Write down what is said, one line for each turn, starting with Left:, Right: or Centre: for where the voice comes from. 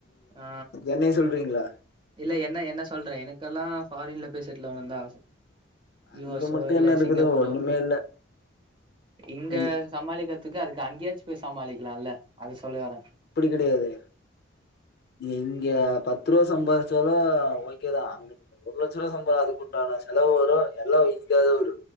Right: ஆ
Left: என்னைய சொல்றீங்களா
Right: இல்ல என்ன என்ன சொல்றே எனக்கெல்லா ஃபாரின்ல போய் செட்டுல் ஆகனு தா ஆச யூ
Left: அங்க
Right: எஸ்
Left: மட்டும்
Right: ஓ இல்ல
Left: என்ன இருக்குது?
Right: சிங்கப்பூரோ
Left: ஒண்ணுமே இல்ல.
Right: இங்க
Left: நீ
Right: சமாளிக்கிறதுக்கு அதுக்கு அங்கேயாச்சு போய் சமாளிக்கலா இல்ல அத சொல்ல வரே
Left: அப்படி கெடையாது இங்க பத்து ரூபா சம்பாதிச்சாலு ஓகேதா அங்க ஒரு லட்சரூபா சம்பாதிப்பு உண்டானா செலவு வரோ எல்லா இங்க தா வரு